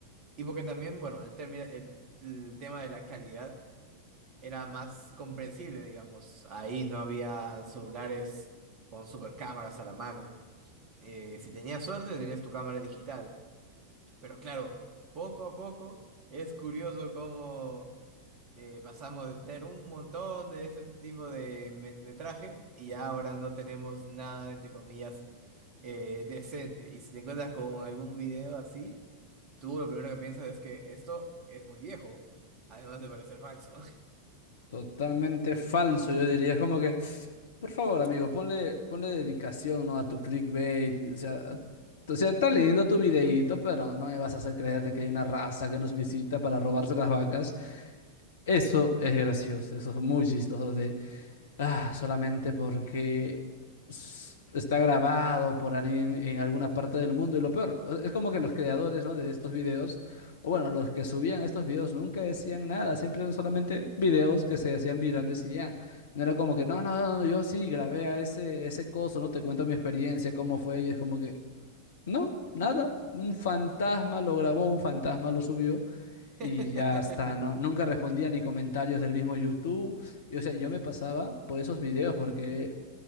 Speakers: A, on the right; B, on the left.
A: Y porque también, bueno, el, término- el, el tema de la calidad era más comprensible, digamos. Ahí no había celulares con supercámaras a la mano. Eh, si tenías suerte, tenías tu cámara digital. Pero claro, poco a poco es curioso cómo eh, pasamos de tener un montón de ese tipo de me- metraje y ya ahora no tenemos nada, entre comillas, eh, decente. Y si te encuentras con algún video así, tú lo primero que piensas es que esto es muy viejo, además de parecer falso.
B: Totalmente falso, yo diría. Es como que, por favor, amigo, ponle, ponle dedicación, ¿no? A tu clickbait. O sea, a- o sea, está lindo tu videíto, pero no me vas a hacer creer de que hay una raza que nos visita para robarse las vacas. Eso es gracioso, eso es muy chistoso. o Ah, solamente porque s- está grabado por alguien en alguna parte del mundo. Y lo peor, e- es como que los creadores, ¿no? de estos videos, o bueno, los que subían estos videos nunca decían nada, siempre eran solamente videos que se hacían virales y ya. No era como que, no, no, no, no, yo sí grabé a ese, ese coso, ¿no? Te cuento mi experiencia, cómo fue, y es como que. No, nada. Un fantasma lo grabó, un fantasma lo subió y
A: <laughs>
B: ya está. No, nunca respondía ni comentarios del mismo YouTube. Y, o sea, yo me pasaba por esos videos porque